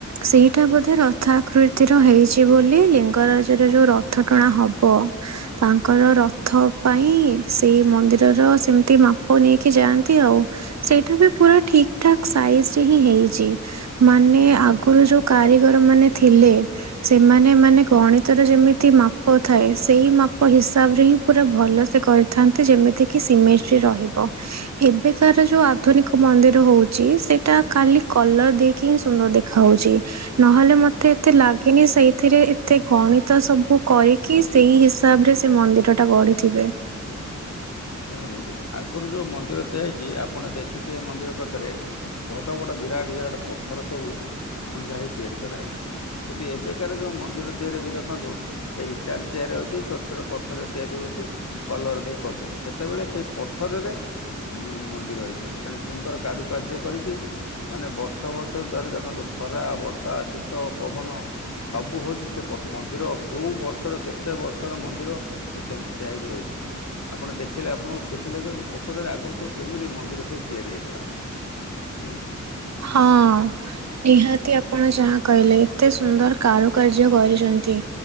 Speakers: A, on the right; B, on the left.
A: ସେଇଟା ବୋଧେ ରଥ ଆକୃତିର ହେଇଛି ବୋଲି ଲିଙ୍ଗରାଜରେ ଯୋଉ ରଥ ଟଣା ହବ ତାଙ୍କର ରଥ ପାଇଁ ସେଇ ମନ୍ଦିରର ସେମିତି ମାପ ନେଇକି ଯାଆନ୍ତି ଆଉ। ସେଇଟା ବି ପୁରା ଠିକ ଠାକ ସାଇଜ ରେ ହିଁ ହେଇଛି। ମାନେ ଆଗରୁ ଯୋଉ କାରିଗର ମାନେ ଥିଲେ ସେମାନେ ମାନେ ଗଣିତର ଯେମିତି ମାପ ଥାଏ ସେଇ ମାପ ହିସାବ ରେ ହିଁ ପୁରା ଭଲ ସେେ କରିଥାନ୍ତି, ଯେମିତିକି ସିମେସ୍ଟି ରହିବ। ଏବେକାର ଯୋଉ ଆଧୁନିକ ମନ୍ଦିର ହଉଛି, ସେଟା ଖାଲି କଲର୍ ଦେଇ କିନ୍ ସୁନ୍ଦର ଦେଖା ହଉଛି? ନହେଲେ ମତେ ଏତେ ଲାଗେନି, ସେଇଥିରେ ଏତେ ଗଣିତ ସବୁ କରି କି ସେଇ ହିସାବ ରେ, ସେ ମନ୍ଦିର ଟା ଗଢିଥିବେ।
B: ଦେଖ ଆଗରୁ ଯୋଉ ମନ୍ଦିର ଆ ହେଇଛି, ଆପଣ ଦେଖିଥିବେ ଏ ମନ୍ଦିର ପାଖରେ ବଡ ବଡ ବିରାଟ ବିରାଟ ପଥର ସବୁ ଖଞ୍ଜା ହେଇ, ତିଆରି କରାହେଇଛି। ଯଦି ଏବେକାର ଯୋଉ ମନ୍ଦିର ତିଆରି ହଉଛି ଯୋଉ ଦେଖନ୍ତୁ ସେ ଇଟାରେ ତିଆରି ହଉଛି, ଛୋଟ ଛୋଟ ପଥରରେ ତିଆରି ହଉଛି, କଲର ଦେଇ କରୁଛନ୍ତି। ସେ ସେତେବେଳେ, ସେଇ ପଥରରେ ମନ୍ଦିର ହେଇଛି। ସେନେ ସୁନ୍ଦର କାରୁକାର୍ଯ୍ୟ କରିକି ମାନେ ବର୍ଷ ବର୍ଷ ଧାରି ଦେଖନ୍ତୁ ଖରା, ବର୍ଷା, ଶୀତ, ପବନ ସବୁ ହଉଛି ପ ସେ ମନ୍ଦିର, କେଉଁ ବର୍ଷର, କେତେ ବର୍ଷର ମନ୍ଦିର। ସେ ସେମିତିଆ ହେଇକି ରହିଛି। ଆପଣ ଦେଖ ଖିଲେ ଆପଣଙ୍କୁ ଖୁସି ଲାଗିବ, ଏଇ ପୋଖରିରେ ଆଗରୁ ସବୁ କେମିତି ମନ୍ଦିର ସବୁ ତିଆରି ହେଇଥିଲା। ହୁଁ।
A: ହଁ। ନିହାତି ଆପଣ ଯାହା କହିଲେ, ଏତେ ସୁନ୍ଦର କାରୁକାର୍ଯ୍ୟ କରିଛନ୍ତି।